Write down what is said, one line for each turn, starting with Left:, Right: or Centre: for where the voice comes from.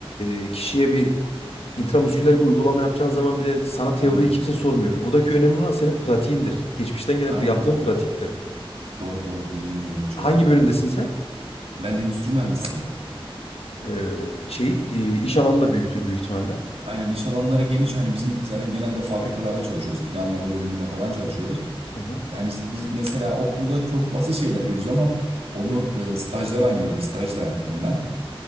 Left: e, kişiye bir intramusküler bir uygulama yapacağın zaman bile sana teoriyi
Right: aynen.
Left: kimse sormuyor. E, Buradaki önemli olan senin pratiğindir. Geçmişten gelen
Right: Aynen.
Left: yaptığın pratiktir.
Right: Doğru doğru dediğin gibi. Çok
Left: Hangi
Right: doğru.
Left: bölümdesin sen?
Right: Ben endüstri mühendisi.
Left: E, şeyi e, iş alanında büyüktür büyük ihtimalle.
Right: Aynen iş alanları geniş. Hani bizim zaten genelde fabrikalarda çalışıyoruz. Planlama bölümünde falan çalışıyoruz.
Left: Hı hı.
Right: Yani biz mesela okulda çok basit şeyler görürüz ama onu e, stajda ben gördüm. Stajda yaptım ben.